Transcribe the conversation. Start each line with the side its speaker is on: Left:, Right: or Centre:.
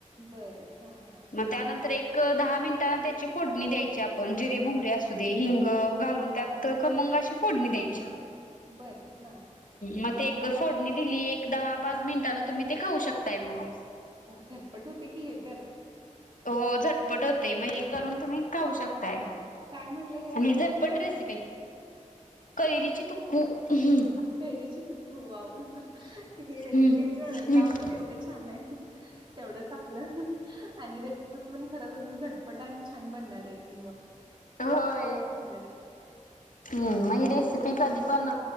Right: बरं हा हा
Left: मग
Right: हा
Left: त्यानंतर एक दहा मिनिटांना त्याची फोडणी द्यायची आपण जिरे मोहरे असू दे हिंग घालून त्यात खमंग अशी फोडणी द्यायची
Right: बरं हा
Left: मग ते एक फोडणी दिली एक दहा पाच मिनिटांने तुम्ही ते खाऊ शकताय मग
Right: झटपट होते की हे तर
Left: हो झटपट होते मग हे करून तुम्ही खाऊ शकता.
Right: काय म्हटलं ह्या रेसिपीचं
Left: आणि झटपट
Right: नाव
Left: रेसिपी कैरीची तुकू ह्
Right: फैरी चिक ग हे रेसिपीच
Left: हम्म हम्म
Right: नाव तर एवढं छान आहे तेवढंच आपलं आणि रेसिपी पण खरंच असं झटपट आणि छान बनणार आहे की मग
Left: होय
Right: खरंच
Left: हम्म म रेसिपी कधी पण